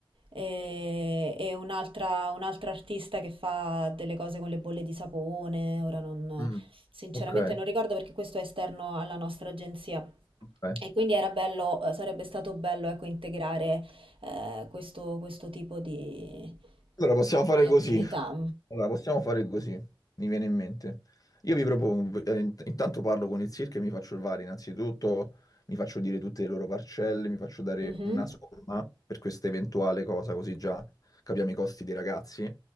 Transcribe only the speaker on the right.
e, e un'altra un'altra artista che fa delle cose con le bolle di sapone. Ora non,
sinceramente
non ricordo perché questo è esterno alla nostra agenzia.
E quindi era bello, eh, sarebbe stato bello, ecco, integrare eh, questo, questo tipo di,
di attività.
Mh-mh.